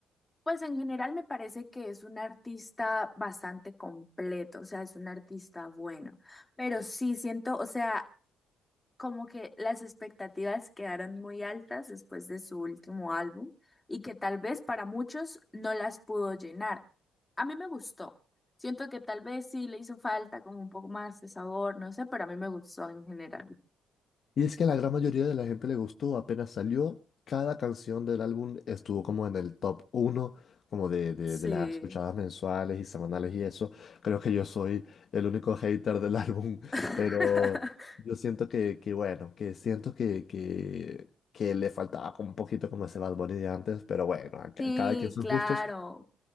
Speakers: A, on the left; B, on the left.
A: Pues en general me parece que es un artista bastante completo, o sea, es un artista bueno, pero sí siento, o sea, como que las expectativas quedaron muy altas después de su último álbum y que tal vez para muchos no las pudo llenar. A mí me gustó. Siento que tal vez sí le hizo falta como un poco más de sabor, no sé, pero a mí me gustó en general.
B: Y es que a la gran mayoría de la gente le gustó, apenas salió, cada canción del álbum estuvo como en el top uno como de, de,
A: Sí.
B: de las escuchadas mensuales y semanales y eso. Creo que yo soy el único hater del álbum, <laughs>
A: <laughs>
B: pero yo siento que, que bueno, que siento que, que, que le faltaba como un poquito como ese Bad Bunny de antes, pero bueno, a ca-
A: Sí,
B: cada quien sus
A: claro.
B: gustos.